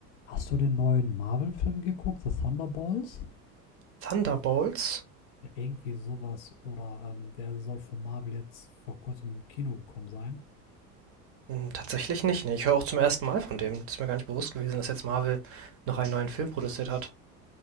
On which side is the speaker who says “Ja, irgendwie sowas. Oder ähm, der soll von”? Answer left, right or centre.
Left